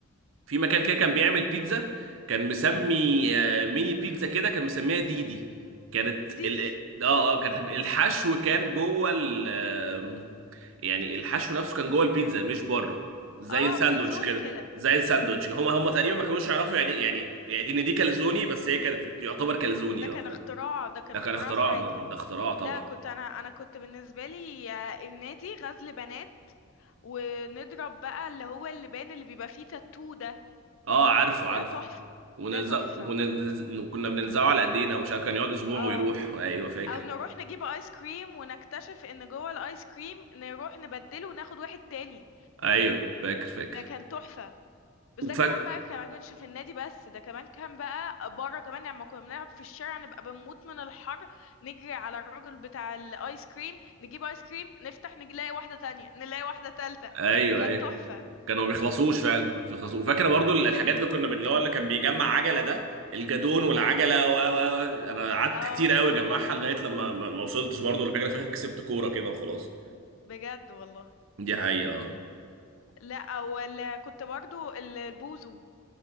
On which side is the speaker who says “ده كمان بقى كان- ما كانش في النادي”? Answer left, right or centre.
Left